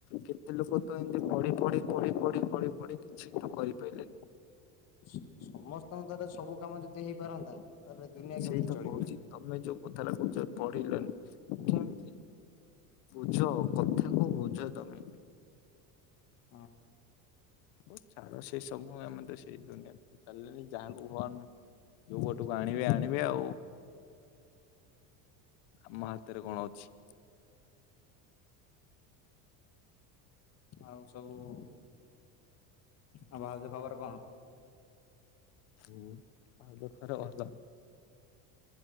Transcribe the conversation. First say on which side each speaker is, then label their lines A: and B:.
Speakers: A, on the left (about 75°); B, on the left (about 40°).
A: କେ ଲୋକ ତ ଏମିତି ପଢି ପଢି ପଢି ପଢିି ପଢି ପଢି କିଛି ତ କରିପାରିଲେନି।
B: ସମସ୍ତଙ୍କ ଦ୍ୱାରା ସବୁ କାମ ଯଦି ହେଇପାରନ୍ତା ତାହେଲେ ଦୁନିଆ
A: ସେଇ
B: କେମିତି
A: ତ
B: ଚଳିବ।
A: କହୁଛି। ତମେ ଯୋଉ କଥାଟା କହୁଛ ପଢିଲନି କେମିତି ବୁଝ କଥା। ତାକୁ ବୁଝ ତମେ।
B: ହଁ।
A: ହୋଉ ଛାଡ ସେଇ ସବୁ ଆମେତ ସେଇ ଦୁନିଆକୁ ଚାଲିଲେଣି ଯାହାଙ୍କୁ ଭଙ୍ଗବାନ ଯୋଉପଟୁକୁ ଆଣିବେ ଆଣିବେ ଆଉ। ଆମ ହାତରେ କଣ ଅଛି।
B: ଆଉ ସବୁ ଆଉ ଭାଉଜ ଖବର କଣ?
A: ହୁଁ ଭାଉଯ ଖବର ଭଲ।